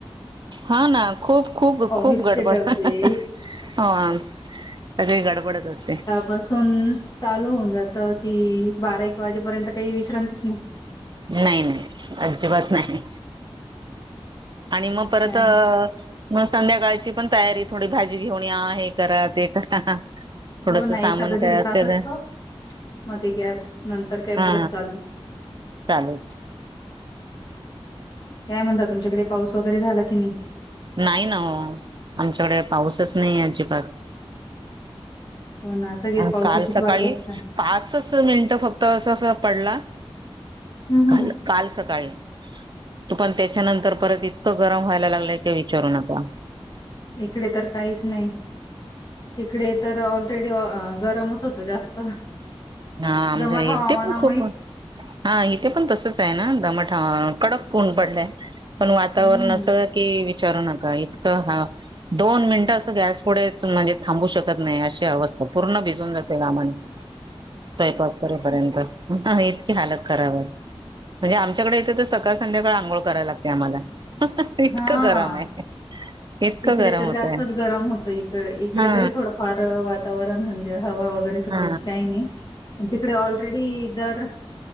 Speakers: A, on the right; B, on the left.
A: हा ना खूप खूप
B: ऑफिसचे
A: खूप गडबड
B: डबे
A: हो सगळी गडबडच असते
B: बसून चालू होऊन जात कि बारा एक वाजेपर्यंत काही विश्रांतीच नाही
A: नाही नाही अजिबात नाही आणि मग परत
B: काय
A: अ मग संध्याकाळची पण तयारी थोडी भाजी घेऊन या हे करा ते करा थोडस
B: हो नाही
A: सामान
B: एखादा
A: काय
B: दीड
A: असेल
B: तास असतो मध्ये गॅपनंतर काय
A: हा
B: परत चालू
A: चालूच
B: काय म्हणता तुमच्याकडे पाऊस वगैरे झाला की नाही
A: नाही ना ओ आमच्याकडे पाऊसच नाही अजिबात
B: हो ना सगळे
A: आणि
B: पावसाचीच
A: काल सकाळी
B: वाट बघताय
A: पाचच मिनटं फक्त अस अस पडला
B: हम्म हम्म
A: काल
B: हम्म.
A: काल सकाळी तू पण त्याच्यानंतर परत इतकं गरम व्हायला लागलंय काय विचारू नका
B: इकडे तर काहीच नाही तिकडे तर ऑलरेडी गरमच होत जास्त
A: हा आमच्या
B: दमट हवामानामुळे
A: इथे पण खूप हा इथे पण तसंच आहे ना दमट कडक ऊन पडलय पण वातावरण
B: हम्म.
A: अस की विचारू नका इतकं हा दोन मिनट अस गॅस पुढेच म्हणजे थांबू शकत नाही अशी अवस्था पूर्ण भिजून जाते घामाने स्वंयपाकरेपर्यंत ह इतकी हालत खराब आहे म्हणजे आमच्याकडे येथे तर सकाळ संध्याकाळ आंघोळ करायला लागते आम्हाला इतकं
B: हां.
A: गरम आहे इतकं
B: तिकडे
A: गरम
B: तर
A: होतय
B: जास्तच गरम होतं इकडे इकडे
A: हा
B: तरी थोडंफार वातावरण म्हणजे हवा वगैरे सुटली
A: हा
B: की काही नाही तिकडे ऑलरेडी तर